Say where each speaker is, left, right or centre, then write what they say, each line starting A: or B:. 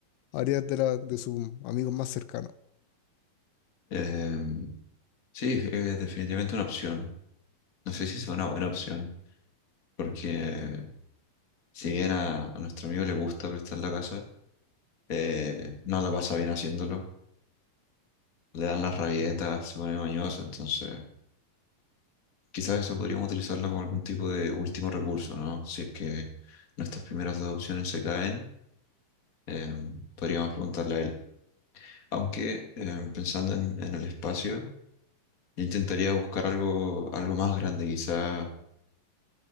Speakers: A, on the left (about 85°); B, on the left (about 30°).
A: varias de, la- de sus amigos más cercanos.
B: Em, sí, es definitivamente una opción. No sé si es una buena opción, porque si bien a, a nuestro amigo le gusta prestar la casa, eh, no la pasa bien haciéndolo. Le dan las rabietas, se pone mañoso, entonces quizás eso podríamos utilizarlo como algún tipo de último recurso, ¿no? Si es que nuestras primeras dos opciones se caen, em, podríamos preguntarle a él. Aunque em, pensando en en el espacio, Yo intentaría buscar algo, algo más grande, quizá